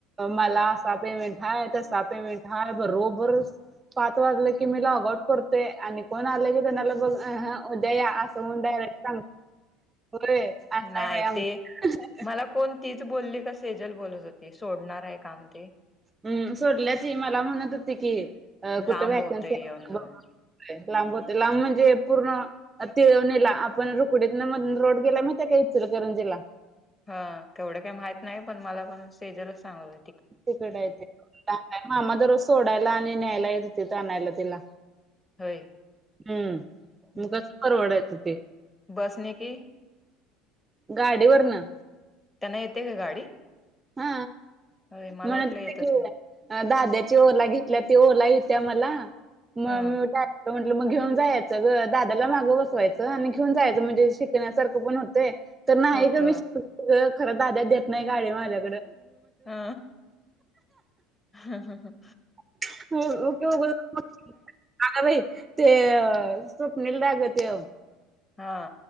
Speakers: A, on the right (about 20°); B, on the left (about 20°).
A: मला आसा पेमेंट हाय तसा पेमेंट आहे, बरोबरच पाच वाजलं की मी लॉग आउट करतोय आणि कोण आलं की त्यांनाला बघ अहं, उद्या या आसं म्हणुन डायरेक्ट सांग होय आसं
B: नाही
A: हाय बाई आमचं
B: ते मला कोण तीच बोलली का सेजल बोलत होती सोडणार आहे काम ते,
A: हम्म सोडल्या ती मला म्हणत होती की अ कुठं
B: लांब
A: व्हॅकन्सी
B: होतय
A: आहे
B: येऊन जाऊन
A: काय बगा लांब होते लांब म्हणजे पूर्ण तिळवणीला आपण रुकडीतन मधंन रोड गेलाय माहितीये काय इचल करंजीला
B: हा तेवढं काय माहित नाही पण मला पण सेजलच सांग ली
A: तिकडं आहे ते, मामा दररोज सोडायला आणि न्यायला येत होतीत आणायला तिला.
B: होय
A: हम्म
B: हं.
A: मग कसं परवडायचं ते.
B: बसने की
A: गाडीवरनं
B: त्यांना येते का गाडी?
A: हा
B: होय
A: मला
B: वाटलं येतच
A: <unintelligible>
B: नाही
A: दाद्याची ओला घेतल्या ती ओला येत्या मला म
B: हा
A: म्हटलं मग घेऊन जायचं ग दादाला मागं बसवायचं आणि घेऊन जायचं म्हणजे शिकण्यासारखं पण होतंय तर नाही
B: होत
A: ग मी <unintelligible> खरं दाद्या देत नाही गाडी माझ्या
B: हा हम् हम् हम
A: <unintelligible> ते अ स्वप्निल दा गत तेव
B: हा